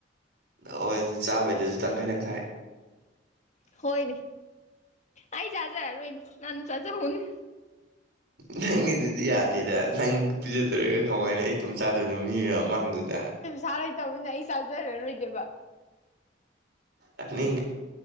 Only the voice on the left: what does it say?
ꯍꯣꯏꯅꯦ ꯑꯩ ꯆꯥꯖꯔꯔꯣꯏꯅꯦ ꯅꯅ ꯆꯥꯖꯍꯧꯅꯦ
ꯆꯥꯔ‌ꯣꯏ ꯊꯧꯕꯅꯤꯅꯥ ꯑꯩ ꯆꯥꯔꯖꯔꯥ ꯔꯣꯏꯒꯦꯕ